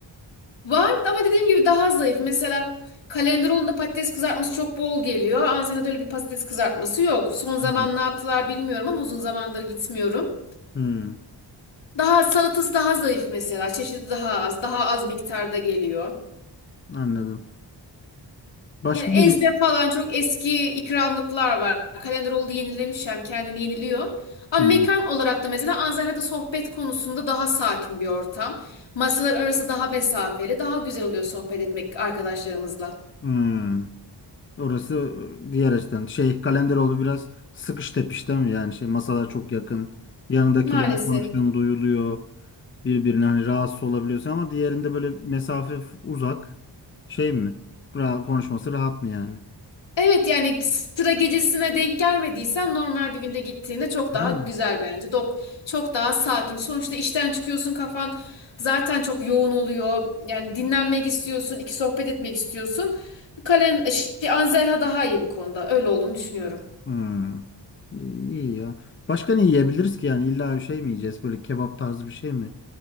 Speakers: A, on the left; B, on the left.
A: Var ama dediğim gibi daha zayıf. Mesela Kalenderoğlu'nda patates kızartması çok bol geliyor. Ansela'da öyle bir patates kızartması yok. Son zaman
B: Hmm.
A: ne yaptılar bilmiyorum ama uzun zamandır gitmiyorum.
B: Hmm,
A: Daha salatası daha zayıf mesela. Çeşidi daha az. Daha az miktarda geliyor.
B: Anladım. Başka
A: Yani ezbe
B: bir
A: falan çok eski ikramlıklar var. Kalenderoğlu da yenilemiş hem kendini yeniliyor. Ama
B: Hmm.
A: mekan olarak da mesela Ansela'da sohbet konusunda daha sakin bir ortam. Masalar arası daha mesafeli. Daha güzel oluyor sohbet etmek arkadaşlarımızla.
B: Hmm. Orası e, diğer açıdan. Şey Kalenderoğlu biraz sıkış tepiş değil mi? Yani şey masalar çok yakın. Yanındakilerin
A: Maalesef.
B: konuştuğunu duyuluyor. Birbirine hani rahatsız olabiliyorsun ama diğerinde böyle mesafe f- uzak. Şey mi? Ra konuşması rahat mı yani?
A: Evet yani sıra gecesine denk gelmediysen normal bir günde gittiğinde çok
B: Yani.
A: daha güzel bence. Dok çok daha sakin. Sonuçta işten çıkıyorsun kafan zaten çok yoğun oluyor. Yani dinlenmek istiyorsun, iki sohbet etmek istiyorsun. Kalen e, şey, Anzelha daha iyi bu konuda. Öyle olduğunu düşünüyorum.
B: Hmm. İyi ya. Başka ne yiyebiliriz ki yani? illa bir şey mi yiyeceğiz? Böyle kebap tarzı bir şey mi?